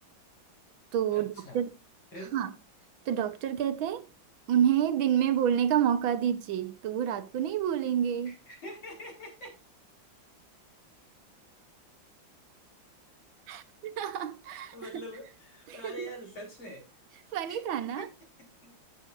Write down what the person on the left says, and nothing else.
अच्छा
फिर
<laughs>
मतलब अरे यार सच में
<laughs>